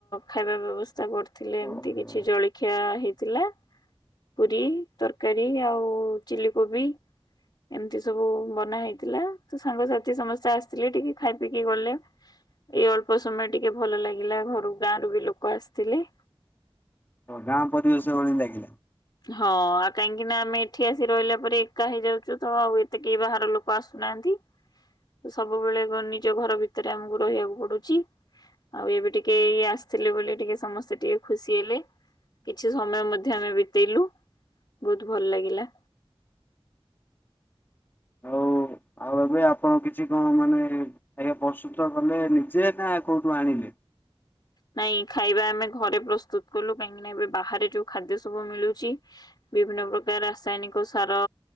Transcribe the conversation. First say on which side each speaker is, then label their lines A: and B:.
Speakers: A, on the left (about 45°); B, on the left (about 20°).
A: ଖାଇବା ବ୍ୟବସ୍ଥା କରିଥିଲେ
B: ହଁ।
A: ଏମତି
B: ଓହୋ
A: କିଛି ଜଳି ଖିଆ ହେଇଥିଲା ପୁରୀ ତରକାରୀ ଆଉ ଚିଲ କୋବି ଏମିତି ସବୁ ବନା ହେଇଥିଲା ସାଙ୍ଗସାଥି ସମସ୍ତେ ଆସିଥିଲେ ଟିକେ ଖାଇ ପିଇକି ଗଲେ
B: <inaudible>
A: ଏଇ ଅଳ୍ପ ସମୟ ଟିକେ ଭଲ ଲାଗିଲା ଘରୁ ଗାଁରୁ ବି ଲୋକ ଆସିଥିଲେ
B: ଗାଁ ପରିବେଶ ଭଳି ଲାଗିଲା
A: ହଁ ଆଉ କାହିଁକି ନା ଆମେ ଏଠି ଆସି ରହିଲା ପରେ ଏକା ହେଇଯାଉଛୁ ତ ଆଉ ଏତେ କେହି ବାହାର ଲୋକ ଆସୁନାହାନ୍ତି ତ ସବୁବେଳେ ନିଜ ଘର ଭିତରେ ଆମକୁ ରହିବାକୁ ପଡୁଛି ଆଉ ଏବେ ଟିକେ ଇଏ ଆସିଥିଲେ ବୋଲି ଟିକେ ସମସ୍ତେ ଟିକେ ଖୁସି ହେଲେ କିଛି ସମୟ ମଧ୍ୟ ଆମେ ବିତେଇଲୁ, ବହୁତ ଭଲ ଲାଗିଲା।
B: ହଉ। ଆଉ ଏବେ ଆପଣ କିଛି କଣ ମାନେ ଆଜ୍ଞା ପ୍ରସ୍ତୁତ କଲେ ନିଜେ ନା କୋଉଠୁ ଆଣିଲେ?
A: ନାଇଁ ଖାଇବା ଆମେ ଘରେ ପ୍ରସ୍ତୁତ କଲୁ କାହିଁକିନା ଏବେ ବାହାରେ ଯୋଉ ଖାଦ୍ୟ ସବୁ ମିଳୁଛି ବିଭିନ୍ନ ପ୍ରକାର ରାସାୟନିକ ସାର